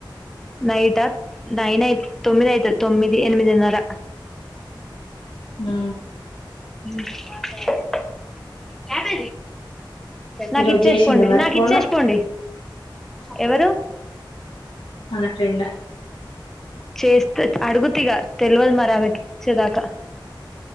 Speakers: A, in the centre; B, on the left.
A: నైట్ ఆ నైన్ అయి తొమ్మిది అయితు తొమ్మిది ఎనిమిదిన్నార
B: ఆ
A: <unintelligible> కాబ నాక్
B: ఈరోజు
A: ఇచ్చేసపోండి
B: చేసిందా మరి
A: నాక్
B: ఫోను
A: ఇచ్చేస్పోండి ఎవరు
B: అదే ఫ్రెండా
A: చేస్తే అడుగుతిగా తెల్వదు మరి ఆమెకి ఇచ్చేదాకా